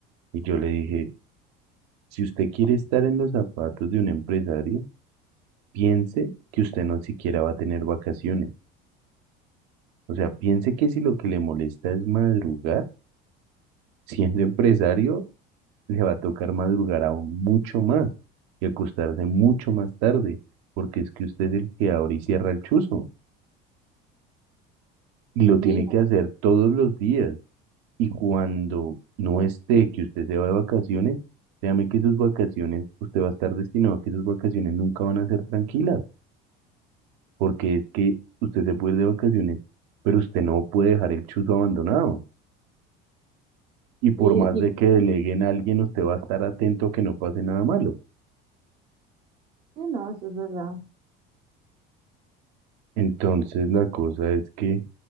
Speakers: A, on the right; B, on the right.
A: Y yo le dije, si usted quiere estar en los zapatos de un empresario, piense que usted no siquiera va a tener vacaciones. O sea, piense que si lo que le molesta es madrugar, siendo empresario, le va a tocar madrugar aún mucho más y acostarse mucho más tarde, porque es que usted es el que abre y cierra el chuzo y lo tiene
B: Sí,
A: que hacer todos los días. Y cuando no esté, que usted se va de vacaciones, créame que sus vacaciones, usted va a estar destinado a que sus vacaciones nunca van a ser tranquilas, porque es que usted se puede ir de vacaciones, pero usted no puede dejar el chuzo abandonado. y por
B: sí,
A: más
B: y-
A: de que deleguen a alguien, usted va a estar atento a que no pase nada malo.
B: sí, no, eso es verdad.
A: Entonces, la cosa es que